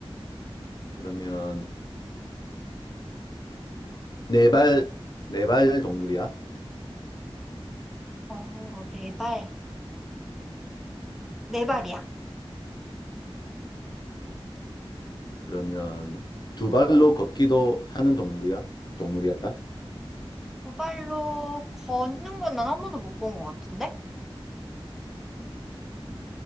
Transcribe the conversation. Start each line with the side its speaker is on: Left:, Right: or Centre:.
Left: 그러면 네 발, 네발 동물이야?
Centre: 어, 네 발. 네 발이야.
Left: 그러면 두 발로 걷기도 하는 동물이야? 동물이야?
Centre: 두 발로 걷는 건 난 한 번도 못 본 것 같은데?